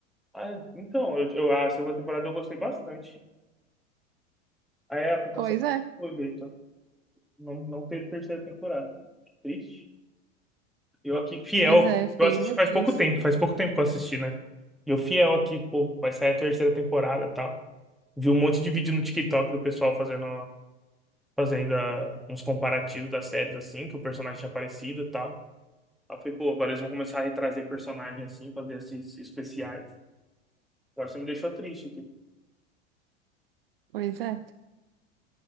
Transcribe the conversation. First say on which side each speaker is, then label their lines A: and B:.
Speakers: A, in the centre; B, on the right (about 50°).
A: Ah, então, eu, eu- a segunda temporada eu gostei bastante. Aí a aplicação
B: Pois é,
A: foi Vitor. Não, não teve terceira temporada. Que Triste. Eu aqui, fiel.
B: pois é, fiquei,
A: Eu assisti
B: meu
A: faz
B: Deus.
A: pouco tempo, faz pouco tempo que eu assisti, né? E eu fiel aqui, pô, vai sair a terceira temporada e tal. Vi um monte de vídeo no TikTok do pessoal fazendo, fazendo ah, uns comparativos das séries, assim, que o personagem tinha aparecido e tal. Aí eu falei, pô, agora eles vão começar a retrazer personagem assim, fazer esses especiais. Agora você me deixou triste aqui.
B: Pois é.